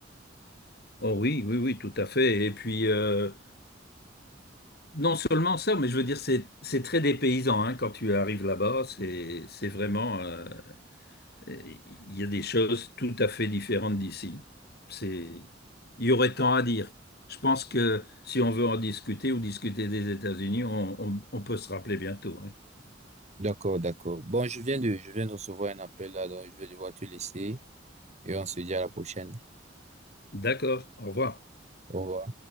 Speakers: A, on the left; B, on the right.
A: Oh oui, oui, oui, tout à fait. Et puis, euh, Non seulement ça, mais je veux dire, c'est c'est très dépaysant hein, quand tu arrives là-bas. C'est c'est vraiment, euh, il y a des choses tout à fait différentes d'ici. C'est, il y aurait tant à dire. Je pense que si on veut en discuter ou discuter des États-Unis, on, on- on peut se rappeler bientôt. hein.
B: D'accord, d'accord. Bon, je viens de, je viens de recevoir un appel là, donc je vais devoir te laisser et on se dit à la prochaine.
A: D'accord, au revoir.
B: Au revoir.